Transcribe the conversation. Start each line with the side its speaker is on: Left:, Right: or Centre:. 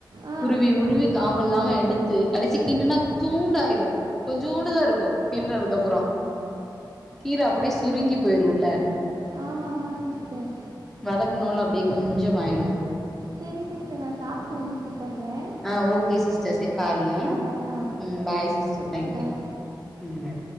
Right: ஆ
Centre: உருவி உருவி காம்பு இல்லாம எடுத்து கடைசி கிண்டுனா இத்தூண்டாயிரு கொஞ்சூண்டுதா இருக்கும் கின்றதுக்கு அப்றோ கீரை அப்டே சுருங்கி போய்ருல்ல
Right: ஆமா ஆமா சிஸ்டர்
Centre: வதக்கனூல அப்டே கொஞ்சமாயிடு
Right: சரி சிஸ்டர் நான் சாப்பிட்டு வந்து கூப்பிட்றேன்
Centre: ஆ ஓகே சிஸ்டர் செரி பாருங்க
Right: பாய் ஆ
Centre: ம் bye sis so thank
Right: bye
Centre: you ம்